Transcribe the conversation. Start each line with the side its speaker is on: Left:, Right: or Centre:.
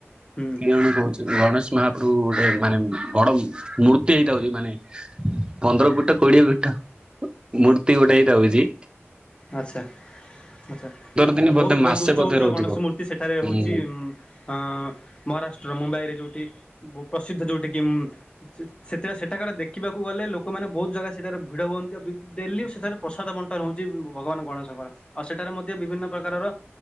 Left: ହୁଁ
Right: ଣ କହୁଛି ଗଣେଶ ମହାପ୍ରଭୁ ଗୋଟେ ମାନେ ବଡ ମୂର୍ତ୍ତି ହେଇଥାଉଛି ମାନେ ପନ୍ଦର ପିଟ କୋଡିଏ ପିଟ ମୂର୍ତ୍ତି ଗୋଟେ ହେଇଟ ହଉଛି।
Left: ଆଚ୍ଛା ଆଚ୍ଛା
Right: ଦିନ
Left: ବହୁତ
Right: ବୋଧେ ମାସେ
Left: ବହୁତ ଉଚ୍ଚ
Right: ବୋଧେ
Left: ଉଚ୍ଚ
Right: ରହୁଥିବ
Left: ଗଣେଶ ମୂର୍ତ୍ତି ସେଠାରେ
Right: ହୁଁ
Left: ହଉଛି ଅ ମହାରାଷ୍ଟ୍ର ମୁମ୍ବାଇରେ ଯୋଉଠି ପ୍ରସିଦ୍ଧ ଯୋଉଠି କି। ସେଥି ସେଠାକାର ଦେଖିବାକୁ ଗଲେ ଲୋକମାନେ ବହୁତ ଜାଗା ସେଠାରେ ଭିଡ଼ ହୁଅନ୍ତି ଡେଲି ସେଠାରେ ପ୍ରସାଦ ବଣ୍ଟନ ହେଉଛି ଭଗବାନ ଗଣେଶଙ୍କର ଆଉ ସେଠାରେ ମଧ୍ୟ ବିଭିନ୍ନ ପ୍ରକାରର